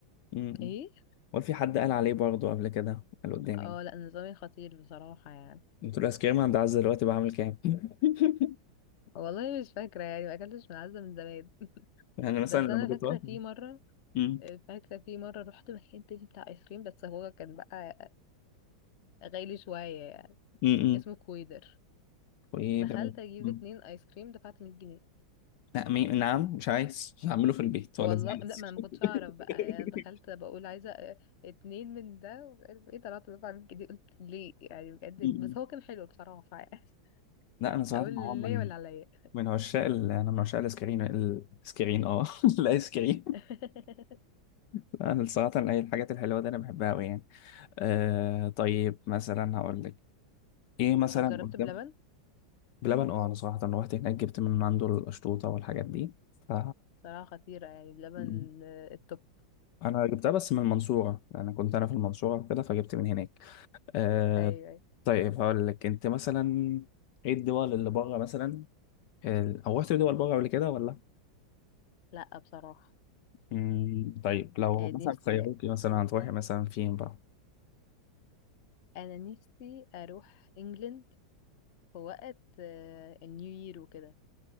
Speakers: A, on the left; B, on the left.
A: مم.
B: ايه
A: هو في حد قال عليه برضه قبل كده قال قدامي
B: اه لا نظامي خطير بصراحة يعني
A: قلت له الايس كريم عند عز دلوقتي بعمل كام <laughs>
B: والله مش فاكرة يعني ما أكلتش من العزة من زمان
A: يعني مثلا
B: بس
A: لما
B: أنا
A: كنت
B: فاكرة
A: واقف
B: في مرة
A: مم.
B: فاكرة في مرة رحت مكان تاني بتاع آيس كريم بس هو كان بقى غالي شوية يعني
A: مم. مم.
B: اسمه كويدر
A: وايه
B: دخلت
A: ده
B: أجيب
A: مم.
B: اتنين آيس كريم دفعت مية جنيه
A: لا مي... نعم مش عايز هعمله في البيت ولا
B: والله
A: زعل
B: لا ما انا ما كنتش اعرف
A: <laughs>
B: بقى يعني انا دخلت بقول عايزه آه، اتنين من ده ومش عارف ايه طلعت طلعت من كده قلت ليه يعني بجد
A: مم.
B: ليه؟ بس هو كان حلو بصراحه يعني <laughs>
A: لا انا صراحه
B: اقول
A: هو من
B: ليه ولا عليا
A: من عشاق ال... انا من عشاق الايس كريم الايس كريم اه <laughs> الايس كريم
B: <laughs>
A: لا، انا صراحه اي الحاجات الحلوه دي انا بحبها قوي يعني آه طيب مثلا هقول لك ايه مثلا
B: طب جربت
A: قدام
B: بلبن
A: بلبن اه انا صراحة روحت هناك جبت من عنده القشطوطة والحاجات دي ف
B: بصراحه خطيره يعني بلبن
A: م.
B: آه، التوب
A: انا جبتها بس من المنصورة انا كنت انا في المنصورة كده فجبت من هناك آه
B: ايوه أيوة.
A: طيب هقول لك انت مثلا ايه الدول اللي بره مثلا ال- او رحت دول بره قبل كده ولا
B: لا بصراحه
A: مم، طيب لو
B: آه،
A: مثلا
B: نفسي
A: خيروكي مثلا هتروحي مثلا فين بقى
B: انا نفسي اروح انجلند في وقت آه، النيو يير وكده